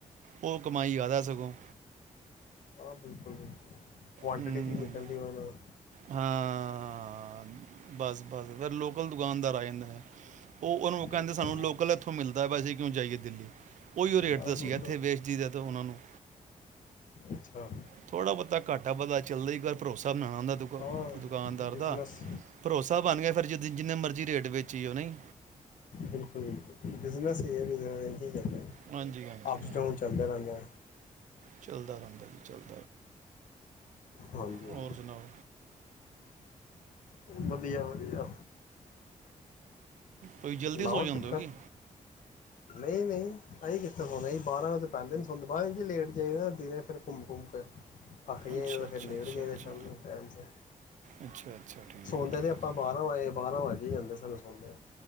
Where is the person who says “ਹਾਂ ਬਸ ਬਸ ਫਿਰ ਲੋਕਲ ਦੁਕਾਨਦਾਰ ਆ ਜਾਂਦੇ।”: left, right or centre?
Right